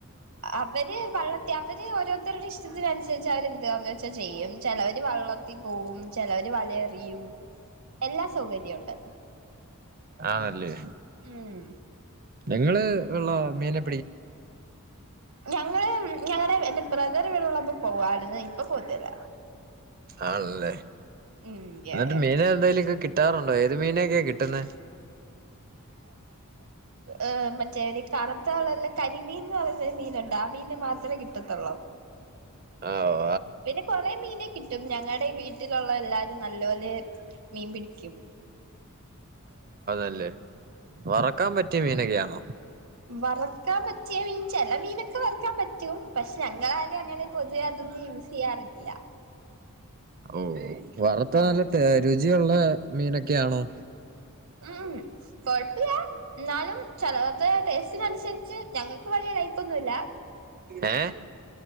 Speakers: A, on the right; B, on the right.
A: അവര് വള്ളത്തി അവര് ഓരോര്ത്തര്ടെ ഇഷ് ഷ്ട്ടത്തിന്സരിച്ച് അവരെന്താന്നച്ച ചെയ്യും ചെലവര് വള്ളത്തി പോവും ചെലവര് വലയെറിയും
B: <inaudible>
A: എല്ലാ സൗകര്യൊ ഇണ്ട്
B: ആണല്ലെ
A: ഉം
B: നിങ്ങള് വെള്ള മീന്ല്
A: ഞങ്ങള് ഞങ്ങള് എ ബ്രദർ വീട്ളപ്പൊ പോവാർന്ന് ഇപ്പൊ പോവത്തില്ല
B: ആണല്ലെ
A: ഉം യാ
B: ഇന്ന്ട്ട്
A: യാ
B: മീനെന്തേലൊക്കെ കി കിട്ടാറുണ്ടൊ? ഏത് മീനൊക്കെ കിട്ട്ന്നെ
A: ഏഹ്. മറ്റെ കറുത്തകറ്ള്ള കരിമീൻന്ന് പറയുന്ന മീന്ണ്ടൊ ആ മീന് മാത്രെ കിട്ടത്തുള്ളു
B: ആഹ്
A: പിന്നെ കൊറെ മീനെ കിട്ടും ഞങ്ങള്ടെ വീട്ടിലുള്ള എല്ലാരും നല്ലോലെ മീൻ പിടിക്കും
B: അല്ലെ വറക്കാൻ പറ്റിയ മീനൊക്കെ ആന്നൊ
A: വറ്ക്കാൻ പറ്റിയ മീൻ ചെല മീനൊക്കെ വറ്ക്കാൻ പറ്റും. പക്ഷെ ഞങ്ങളാരും അങ്ങനെ പൊതുവെ അതൊന്നും യൂസീയ്യാറില്ല
B: ഒ ഒ വറുത്ത്
A: ആഹ്
B: നല്ല രുചിയുള്ള മീനൊക്കെയാണൊ
A: ഉം കൊഴപ്പില്ല എന്നാലും ചെലവരുടെ ടേസ്റ്റിനനുസരിച്ച് ഞങ്ങൾക്ക് വലിയ ലൈക്കൊന്നുല്ല
B: ഏഹ്